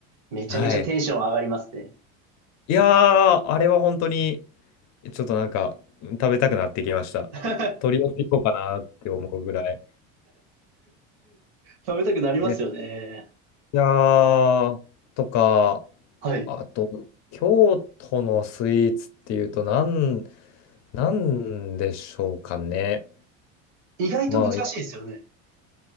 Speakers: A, on the right; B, on the left.
A: めちゃめちゃテンション上がりますね。
B: はい。いやー、あれは本当に、ちょっとなんか、食べたくなってきました。
A: <laughs>
B: 取り寄せてこうかなって思うぐらい。
A: 食べたくなりますよね。
B: ねいやー、とか、
A: はい。
B: あと、京都のスイーツっていうと、なん、なんでしょうかね。
A: 意外と難しいですよね。
B: まあ、